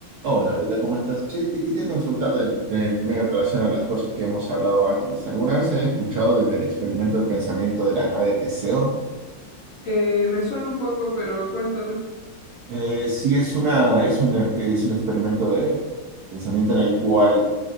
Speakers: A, on the right; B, on the left.
A: Hola, Beta, ¿cómo estás? Che, te quería consultar del, del medio en relación a las cosas que hemos hablado antes. ¿Alguna vez has escuchado del, del experimento de pensamiento de la nave de Teseo?
B: Eh, me suena un poco, pero cuéntame.
A: Eh, sí, es una, es un, es un experimento de pensamiento en el cual